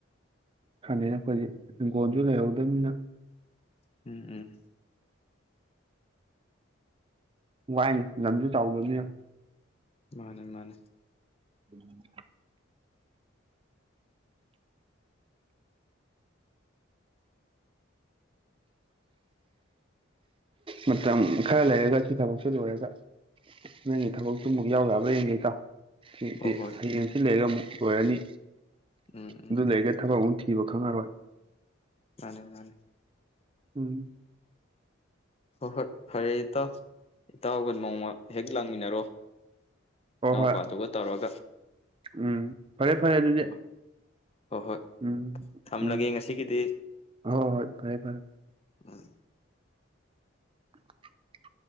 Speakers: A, on the right; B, on the left.
A: ꯈꯅꯤꯅ ꯑꯩꯈꯣꯏꯗꯤ ꯍꯤꯡꯒꯣꯜꯁꯨ ꯂꯩꯍꯧꯗꯕꯅꯤꯅ
B: ꯎꯝ ꯎꯝ
A: ꯋꯥꯏꯅꯦ ꯂꯝꯁꯨ ꯆꯥꯎꯗꯕꯅꯤꯅ
B: ꯃꯥꯅꯦ ꯃꯥꯅꯦ
A: ꯎꯝ ꯃꯇꯝ ꯈꯔ ꯂꯩꯔꯒ ꯁꯤ ꯊꯕꯛꯁꯤ ꯂ ꯑꯣꯏꯔꯒ ꯅꯪꯅꯦ ꯊꯕꯛꯇꯨꯃꯨꯛ ꯌꯥꯎ ꯌꯥꯕ ꯌꯦꯡꯒꯩꯀꯥꯎ ꯁꯤꯗꯤ
B: ꯍꯣꯏ ꯍꯣꯏ
A: ꯍꯌꯦꯡꯁꯤ ꯂꯩꯔꯒ ꯑꯃꯨꯛ ꯂꯣꯏꯔꯅꯤ
B: ꯎꯝ ꯎꯝ
A: ꯑꯗꯨ ꯂꯩꯔꯒ ꯊꯕꯛ ꯑꯃꯨꯛ ꯊ ꯄꯤꯕ ꯈꯪꯉꯔꯣꯏ
B: ꯃꯥꯅꯦ ꯃꯥꯅꯦ
A: ꯎꯝ
B: ꯍꯣꯏ ꯍꯣꯏ ꯐꯔꯦ ꯏꯇꯥꯎ ꯏꯇꯥꯎꯒ ꯅꯣꯡꯃ ꯍꯦꯛ ꯂꯥꯡꯃꯤꯟꯅꯔꯣ
A: ꯍ
B: ꯏꯅꯥꯎꯄꯥꯗꯨꯒ
A: ꯍꯣꯏ
B: ꯇꯧꯔꯒ
A: ꯎꯝ ꯐꯔꯦ ꯐꯔꯦ ꯑꯗꯨꯗꯤ
B: ꯍꯣꯏ ꯍꯣꯏ ꯍꯣꯏ
A: ꯎꯝ
B: ꯊꯝꯂꯒꯦ
A: ꯎꯝ
B: ꯉꯁꯤꯒꯤꯗꯤ
A: ꯍꯣꯏ ꯍꯣꯏ ꯐꯔꯦ ꯐꯔꯦ
B: ꯎꯝ
A: <inaudible>